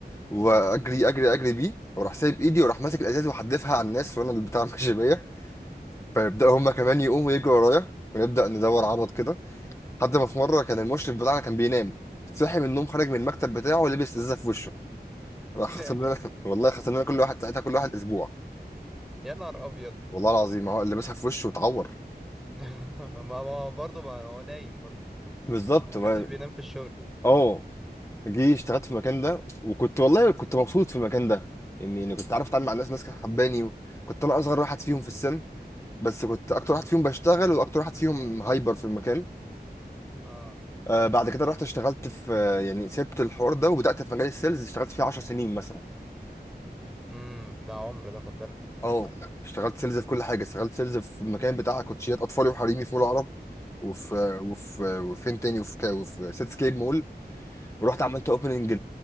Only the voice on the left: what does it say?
واجري اجري اجري بيه واروح سايب ايدي واروح ماسك الازاز وحدفها على الناس وانا اللي بتاع <laughs> ماشي بيا فيبداوا هما كمان يقوموا يجروا ورايا ونبدا ندور عبط كده لحد ما في مره كان المشرف بتاعنا كان بينام صحي من النوم خرج من المكتب بتاعه لبس ازازه في وشه
راح
خسرنا
لنا
<laughs> والله خسرنا لنا كل واحد ساعتها كل واحد اسبوع
والله العظيم ما هو لبسها في وشه واتعور
بالظبط
ما
اه جه اشتغلت في المكان ده وكنت والله كنت مبسوط في المكان ده يعني يعني كنت عارف اتعامل مع الناس ناس كانت حباني كنت انا اصغر واحد فيهم في السن بس كنت اكتر واحد فيهم بشتغل واكتر واحد فيهم هايبر في المكان
آه بعد كده رحت اشتغلت في آه، يعني سبت الحوار ده وبدات في مجال السيلز اشتغلت فيه 10 سنين مثلا
اه اشتغلت سيلز في كل حاجه اشتغلت سيلز في المكان بتاع كوتشيات اطفالي وحريمي في مول العرب وفي وفي وفين تاني وفي كا- وفي سيتسكيب مول ورحت عملت اوبننج